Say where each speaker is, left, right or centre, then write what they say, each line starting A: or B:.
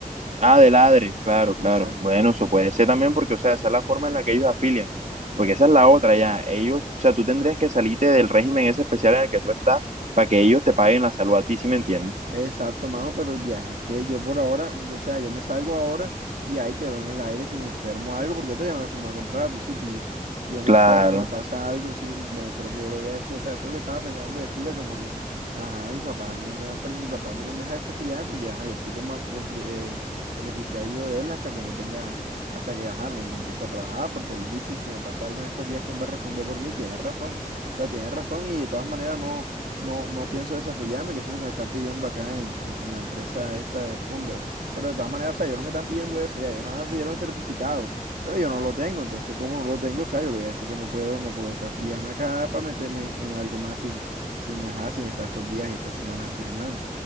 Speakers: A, on the right; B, on the right.
A: Ah, de ladre, claro,
B: sí,
A: claro.
B: sabes,
A: Bueno, eso puede ser también porque, o sea, esa es la forma en la que ellos afilian. Porque esa es la otra, ya. Ellos, o sea, tú tendrías que salirte del régimen ese especial en el que tú estás para que ellos te paguen la salud a ti, ¿sí me entiendes?
B: Exacto, mano, pero el viaje es que yo por ahora, yo, o sea, yo me salgo ahora y ahí quedo en el aire si me enfermo algo, porque yo todavía no me firma contrato, ¿sí pilla. Si yo me
A: Claro,
B: enfermo, me pasa algo, ¿sí me entiendes, eso es lo que yo le voy a decir, o sea, eso es lo que estaba pensando decirle, como que, ajá, mis papás a mí no me dan, per- mi papá a mí no me deja desafiliarme porque, ajá, yo estoy como contri- eh, beneficiario de él hasta que no tenga, hasta que, ajá, no, no empiece a trabajar, porque él dice, y si me pasa algo en estos días, ¿quién va a responder por mí? Tiene razón, o sea, tiene razón y de todas maneras no. No, no pienso desafiliarme, que eso es lo que me están pidiendo acá en, en, en la empresa esta de Funder. Pero de todas maneras, o sea, ellos no me están pidiendo eso, ya, ellos nada más me pidieron el certificado, pero yo no lo tengo. Entonces, como no lo tengo, o sea, yo le voy a decir que no puedo, no puedo desafiliarme acá para meterme en, en algo más sin, sin, ajá, sin estar estos días y estas semanas así en blanco.